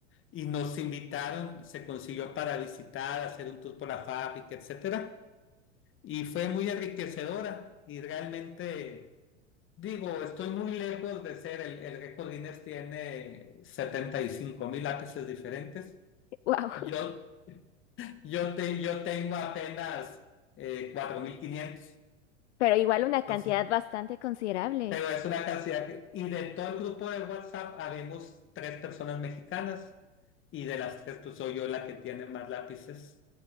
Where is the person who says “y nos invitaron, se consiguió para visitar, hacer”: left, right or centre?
Left